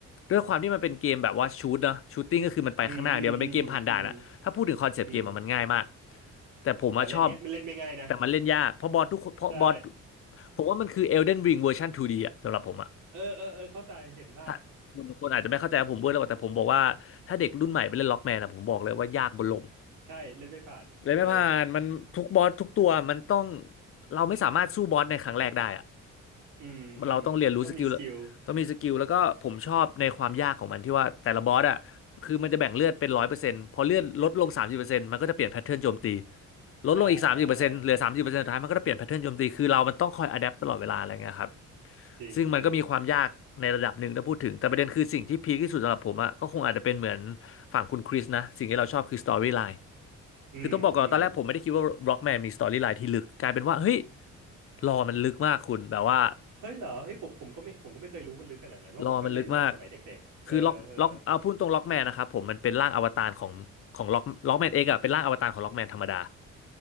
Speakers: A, on the left; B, on the right.
A: ด้วยความที่มันเป็นเกมแบบว่าชูตเนอะชูตติ้งก็คือมันไปข้างหน้าอย่างเดียวมันเป็นเกมผ่านด่านอะถ้าพูดถึงคอนเซปต์เกมอะมันง่ายมาก
B: อืมอืมอืมอืมอืม
A: แต่ผมอะชอบ
B: แต่เล่นเนี้ยมันเล่นไม่ง่ายนะ
A: แต่มันเล่นยากเพราะบอสทุกคนเพราะบอส
B: <laughs> ใช่
A: ผมว่ามันคือ Elden Ring เวอร์ชัน 2D อะสำหรับผมอะ
B: เออเออเออเข้าใจเห็นภาพ
A: ถ้าคนคนอาจจะไม่เข้าใจว่าผมพูดแล้วแต่ผมบอกว่าถ้าเด็กรุ่นใหม่ไปเล่นล็อกแมนอะผมบอกเลยว่ายากบนลม
B: ใช่เล่นไม่ผ่านเออ
A: เลยไม่ผ่านมันทุกบอสทุกตัวมันต้องเราไม่สามารถสู้บอสในครั้งแรกได้อะ
B: อืมอืมต้องมีสกิล
A: เราต้องเรียนรู้สกิลต้องมีสกิลแล้วก็ผมชอบในความยากของมันที่ว่าแต่ละบอสอ่ะคือมันจะแบ่งเลือดเป็นร้อยเปอร์เซ็นต์พอเลือดลดลงสามสิบเปอร์เซ็นต์มันก็จะเปลี่ยนแพทเทิร์นโจมตีลดลงอีกสามสิบเปอร์เซ็นต์เหลือสามสิบเปอร์เซ็นต์สุดท้ายมันก็จะเปลี่ยนแพทเทิร์นโจมตีคือเรามันต้องคอยอะแดปตลอดเวลาอะไรเงี้ยครับ
B: อ่าอ่าอ่าจริงจริง
A: ซึ่งมันก็มีความยากในระดับหนึ่งถ้าพูดถึงแต่ประเด็นคือสิ่งที่พีคที่สุดสำหรับผมอะก็คงอาจจะเป็นเหมือนฝั่งคุณคริสนะสิ่งที่เราชอบคือสตอรี่ไลน์
B: อืมอืม
A: คือต้องบอกก่อนว่าตอนแรกผมไม่ได้คิดว่าบล็อกแมนมีสตอรี่ไลน์ที่ลึกกลายเป็นว่าเฮ้ยรอมันลึกมากคุณแบบว่า
B: เฮ้ยเหรอเฮ้ยผมผมก็ไม่ผมก็ไม่เคยรู้มันลึกขนาดนั้นว่าะผมก็เล่นแบบสมัยเด็กๆเออเออ
A: รอมันลึกมากคือล็อกล็อกเอาพูดตรงล็อกแมนนะครับผมมันเป็นร่างอวตารของของล็อกล็อกแมนเองอะเป็นร่างอวตารของล็อกแมนธรรมดา